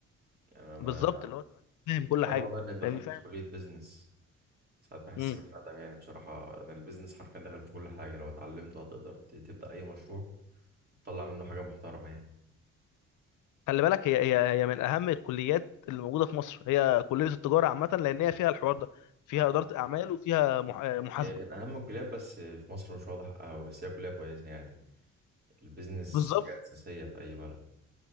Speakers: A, on the right; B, on the left.
A: يعني أنا
B: بالظبط اللي هو تبقى فاهم كل حاجه
A: أنا والله إني دخلت
B: فاهمني فاهم
A: في كلية بيزنس ساعات بحس
B: امم
A: بالندم يعني بصراحة أنا البيزنس حرفيا دخل في كل حاجة لو اتعلمته هتقدر ت- تبدأ أي مشروع تطلع منه حاجة محترمة يعني
B: خلي بالك هي هي هي من اهم الكليات اللي موجوده في مصر هي كليه التجاره عامه لان هي فيها الحوار ده فيها
A: آه،
B: اداره اعمال وفيها مح- محاسبه
A: هي من أهم الكليات بس في مصر مش واضح أوي بس هي كلية كويسة يعني البيزنس
B: بالظبط
A: حاجة أساسية في أي بلد